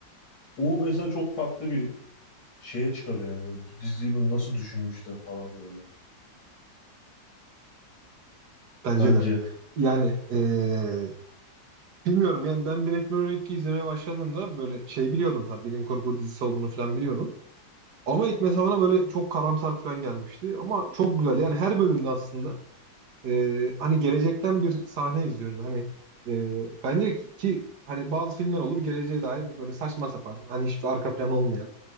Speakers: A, on the left (about 65°); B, on the right (about 65°).
A: O mesela çok farklı bir şeye çıkarıyor yani. Mesela bu Diziyi böyle nasıl düşünmüşler falan böyle.
B: bence
A: Bence.
B: de. Yani e, bilmiyorum yani ben Black Mirror 2 izlemeye başladığımda böyle şey biliyordum tabii bilim kurgu dizisi olduğunu falan biliyordum. Ama ilk mesela bana böyle çok karamsar falan gelmişti. Ama çok güzel. Yani her bölümde aslında e, hani gelecekten bir sahne izliyoruz. Hani e, bence ki hani bazı filmler olur geleceğe dair böyle saçma sapan hani hiçbir arka planı olmayan